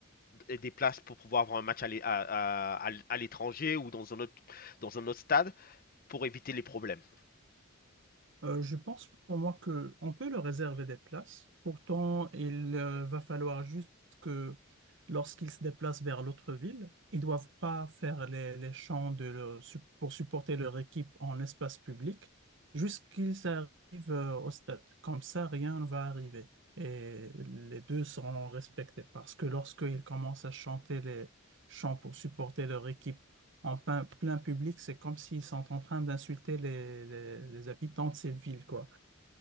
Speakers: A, on the left (about 40°); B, on the right (about 60°).
A: aient des places pour pouvoir avoir un match à l'é- à- à- à l'étranger ou dans un autre dans un autre stade pour éviter les problèmes.
B: Euh, je pense pour moi que on peut leur réserver des places. Pourtant, il euh, va falloir juste que lorsqu'ils se déplacent vers l'autre ville, ils ne doivent pas faire les, les champs de leur- su- pour supporter leur équipe en espace public jusqu'ils arrivent euh, au stade. Comme ça, rien ne va arriver. Et les deux seront respectés parce que lorsqu'ils commencent à chanter les chants pour supporter leur équipe en plein, plein public, c'est comme s'ils sont en train d'insulter les, les- les habitants de cette ville, quoi.